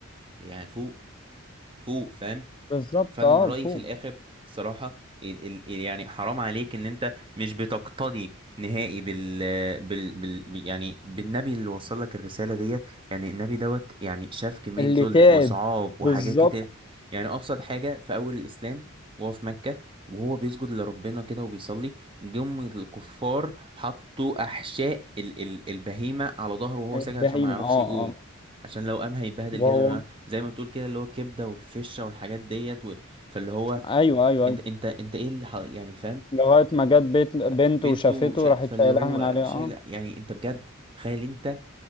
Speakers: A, on the right (about 25°); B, on the left (about 25°).
A: يعني فوق فوق فاهم
B: بالظبط
A: فانا
B: اه
A: من رايي
B: فوق
A: في الاخر الصراحه ال ال ال- يعني حرام عليك ان انت مش بتقتدي نهائي بال بال, بال بال- يعني بالنبي اللي وصل لك الرساله ديت يعني النبي دوت يعني شاف كميه
B: اللي
A: ذل
B: تعب
A: وصعاب وحاجات
B: بالظبط
A: كتير يعني ابسط حاجه في اول الاسلام وهو في مكه وهو بيسجد لربنا كده وبيصلي جم الكفار حطوا احشاء ال ال البهيمه على ظهره وهو
B: البهيمه
A: ساجد عشان ما يعرفش
B: اه
A: يقوم
B: اه
A: عشان لو قام هيتبهدل
B: وهو
A: جدا زي ما بتقول كده اللي هو كبده والفشه والحاجات ديت فاللي هو
B: ايوه ايوه ايوه
A: انت انت انت ايه اللي ح- يعني فاهم
B: لغايه ما جت بيت بنته
A: فبنته
B: وشافته
A: شا...
B: راحت
A: فاللي
B: شايلها
A: هو
B: من عليها
A: شايل
B: اه
A: يعني انت بجد تخيل انت